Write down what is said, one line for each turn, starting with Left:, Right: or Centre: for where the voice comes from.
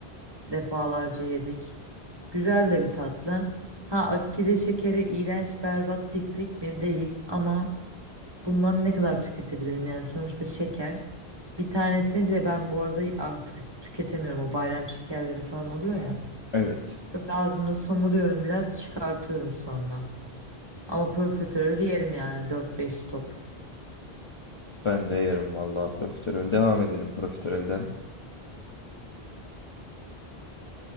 Right: Defalarca yedik. Güzel de bir tatlı. Ha akide şekeri iğrenç, berbat, pislik mi? Değil ama bundan ne kadar tüketebilirim yani sonuçta şeker. Bir tanesini bile ben bu arada artık tüketemiyorum. O bayram şekerleri falan oluyor ya.
Left: Evet
Right: Böyle ağzımda somuruyorum biraz çıkartıyorum sonra. Ama profiterol yerim yani dört beş top.
Left: ben de yerim vallahi profiterol. Devam edelim profiterolden.